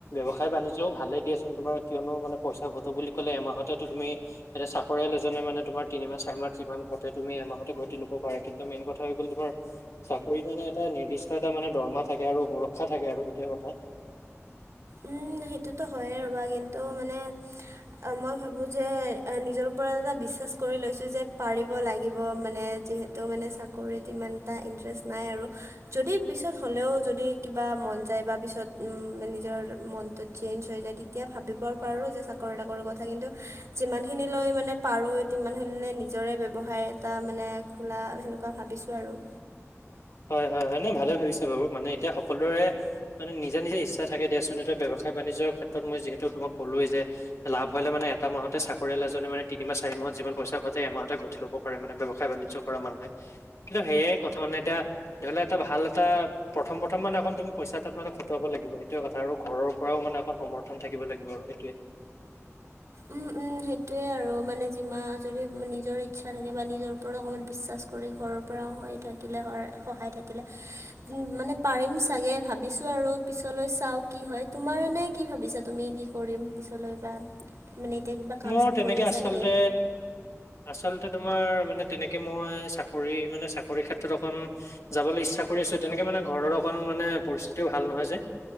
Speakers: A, on the left; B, on the right.
A: ব্যৱসায় বাণিজ্যিও ভালেই দিয়াচোন তোমাৰ কিয়নো মানে, পইচা ঘটো বুলি ক'লে, এমাহতেতো তুমি এতিয়া চাকৰিয়াল এজনে, মানে তোমাৰ তিনিমাহ চাৰিমাহত যিমান ঘটে, তুমি এমাহতে ঘটি ল হ'ব পাৰে কিন্তু মেইন কথা হৈ গ'ল তোমাৰ। চাকৰিটো মানে এটা নিৰ্দিষ্ট এটা মানে দৰহমা থাকে আৰু সুৰক্ষা থাকে আৰু সেইটোৱে কথা।
B: উম সেইটোতো হয়েই ৰ'বা কিন্তু মানে। মই ভাবোঁ যে নিজৰ ওপৰত এটা বিশ্বাস কৰি লৈছোঁ যে পাৰিব লাগিব মানে যিহে। তো মানে চাকৰিত ইমান এটা ইণ্টাৰেষ্ট নাই আৰু। যদি পিছত হ'লেও যদি কিবা মন যায় বা পিছত উম মানে। নিজৰ মনটো চেঞ্জ হৈ যায় তেতিয়া ভাবিব পাৰোঁ যে চাকৰি তাকৰিৰ কথা কিন্তু। যিমানখিনি লৈ মানে পাৰোঁ সিমানখিনি লৈ নিজৰে ব্যৱসায় এটা মানে। খোলা সেনেকুৱা ভাবিছোঁ আৰু।
A: হয় হয় হয় নাই ভালে ভাবিছা বাৰু মানে এতিয়া সকলোৰে। মানে নিজ নিজ ইচ্ছা থাকে দিয়াচোন ব্যৱসায় বাণিজৰ ক্ষে। তত মই যিহেতু তোমাক কলোৱেই যে লাভ হলে মানে এটা মাহতে চাক। পৰিয়াল এজ মানে তি ম চাৰি মাহত যি পইচা ঘটে এমাহতে ঘটি ল'ব। কৰে মানে ব্যৱসায় বাণিজ্য কৰা মানুহে কিন্তু সেয়ে কথা মানে এতিয়া ধৰি লোৱা এটা ভাল এটা। প্ৰথম প্ৰথম মানে তুমি তাত মানে খটাব লাগ সেইোৱে কথা আৰু ঘৰৰ পৰাও মানে অক সমৰ। থন থাকিব লাগিব আৰু সেইটোৱে।
B: উম। সেইটোৱে আৰু মানে যিমান যদি নিজৰ ইচ্ছা থাকে বা নিজৰ ওপৰত অকণমান বিশ্বাস। কৰি ঘৰৰ পৰাও হৈ থাকিলে হ সহায় থাকিলে।
A: <unintelligible>
B: ওম মানে পাৰিম চাগে ভাবিছোঁ আৰু পিছলৈ চাওঁ কি হয় তোমাৰ এনে কি ভাবিছা তুমি কি কৰিম। পিছলৈ বা। মানে এতিয়া কিবা। কাম
A: মোৰ
B: চাম
A: তেনেতে
B: কৰি আছা
A: আচলতে।
B: নেকি?
A: আচলতে তোমাৰ মানে তেনেকে মই চাকৰি মানে চাকৰি ক্ষেত্ৰত অকণ। যাবলৈ ইচ্ছা কৰি আছো তেনেকে মানে ঘৰৰ অকণ মানে পৰিস্থিতিও ভাল নহয় যে।